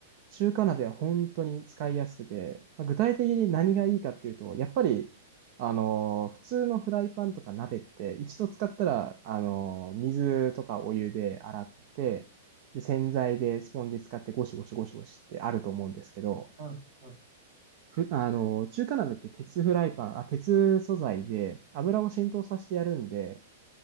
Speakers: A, on the right (about 40°); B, on the right (about 65°).
A: 中華鍋は本当に使いやすくて、まあ具体的に何がいいかっていうと、やっぱり、あの、普通のフライパンとか鍋って、一度使ったら、あの、水とかお湯で洗って、で、洗剤でスポンジ使ってゴシゴシゴシゴシってあると思うんですけど、
B: はい。はい。
A: ふ、あの、中華鍋って鉄フライパン、あ、鉄素材で油を浸透させてやるんで、